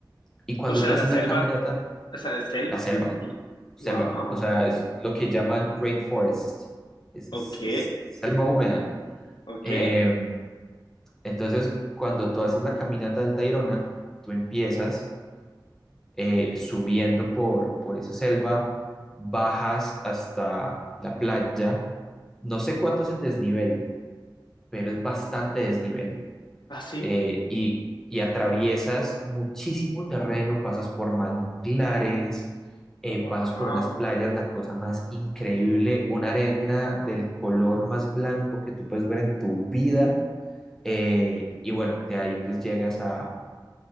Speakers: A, in the centre; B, on the left (about 75°).
A: y cuando
B: O sea,
A: tú haces
B: la selva.
A: la caminata,
B: O sea, de selva.
A: la selva,
B: Y,
A: selva,
B: wow.
A: o sea, es lo que llaman rainforest, es,
B: Ok,
A: es- es- es selva húmeda.
B: ok.
A: Eh, entonces, cuando tú haces la caminata del Tayrona, tú empiezas eh, subiendo por, por esa selva, bajas hasta la playa. No sé cuánto es el desnivel, pero es bastante desnivel.
B: Así.
A: Eh, y, y atraviesas muchísimo terreno, pasas por manglares, eh,
B: Wow.
A: pasas por unas playas, la cosa más increíble, una arena del color más blanco que tú puedes ver en tu vida. Eh, y bueno, de ahí pues llegas a,